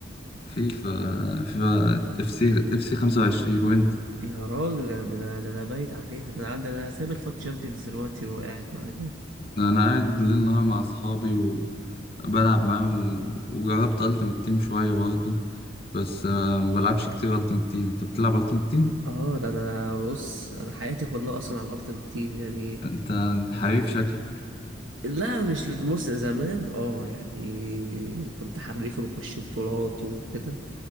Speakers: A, on the left; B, on the right.
A: فيفا فيفا اف سي اف سي 25 وانت
B: يا راجل أنا- ده أنا ده أنا بايت عليها ده أنا عندي أنا سايب الفوت شامبيونز دلوقتي وقاعد معاك
A: انا قاعد ليل نهار مع اصحابي وبلعب معاهم وجربت التيمت تيم شويه برضه بس آه، ما بلعبش كتير التيمت تيم انت بتلعب التيمت تيم
B: آه ده أنا بص أنا حياتي كلها أصلا على الألتيمت تيم يعني
A: انت حريف شكلك
B: لا مش لد- بص زمان آه يعني كنت حريف وبخش بطولات وكده